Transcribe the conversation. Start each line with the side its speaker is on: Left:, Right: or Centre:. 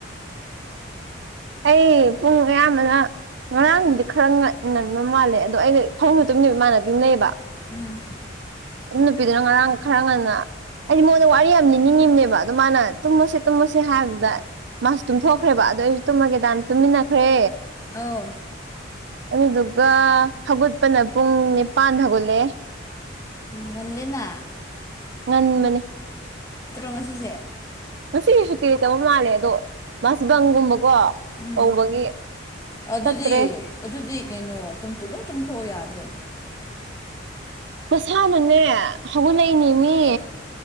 Right: ꯑꯩ ꯄꯨꯡ ꯑꯌꯥꯝꯕꯅ ꯉꯔꯥꯡꯗꯨꯗꯤ ꯈꯔ ꯉ ꯉꯟꯕ ꯃꯥꯜꯂꯦ ꯑꯗꯣ ꯑꯩꯅ ꯐꯕꯨꯡ ꯇꯝꯃꯤꯟꯅꯕ ꯏꯃꯥꯟꯅꯕꯤ ꯑꯃ ꯂꯩꯑꯦꯕ
Left: ꯎꯝ
Right: ꯑꯗꯨ ꯅꯨꯄꯤꯗꯨꯅ ꯉꯔꯥꯡ ꯈꯔ ꯉꯟꯅ ꯑꯩꯗꯤ ꯃꯉꯣꯟꯗ ꯋꯥꯔꯤ ꯌꯥꯝ ꯂꯤꯅꯤꯡꯉꯤꯕꯅꯦꯕ ꯑꯗꯣ ꯃꯥꯅ ꯇꯨꯝꯃꯁꯦ ꯇꯨꯝꯃꯁꯦ ꯍꯥꯏꯕꯗꯨꯗ ꯃꯥꯁꯨ ꯇꯨꯝꯊꯣꯛꯈ꯭ꯔꯦꯕ ꯑꯗꯨꯗꯣ ꯑꯩꯁꯨ ꯇꯨꯝꯃꯒꯦꯗꯥꯅ ꯇꯨꯝꯃꯤꯟꯅꯈ꯭ꯔꯦ
Left: ꯑꯥꯎ
Right: ꯑꯗꯨꯗꯨꯒ ꯍꯧꯒꯠꯄꯅ ꯄꯨꯡ ꯅꯤꯄꯥꯟ ꯗ ꯍꯧꯒꯠꯂꯦ
Left: ꯉꯜꯂꯤꯅ
Right: ꯉꯟꯕꯅꯦ
Left: ꯉꯁꯤꯁꯦ
Right: ꯉꯁꯤꯒꯤ ꯁꯨꯇꯤ ꯂꯩꯇꯕ ꯃꯥꯜꯂꯦ ꯑꯗꯣ ꯃꯥꯁꯦꯕꯪꯒꯨꯝꯕꯀꯣ
Left: ꯎꯝ
Right: ꯇꯧꯕꯒꯤ
Left: ꯑꯗꯨꯗꯤ
Right: ꯆꯠꯇ꯭ꯔꯦ
Left: ꯑꯗꯨꯗꯤ ꯀꯩꯅꯣ ꯇꯨꯝ ꯑꯗꯨꯝ ꯇꯨꯝꯊꯣꯛꯑꯣ ꯌꯥꯗ꯭ꯔꯣ
Right: ꯃꯁꯥꯅꯅꯦ ꯍꯧꯒꯠꯂꯛꯏꯅꯤ ꯃꯤ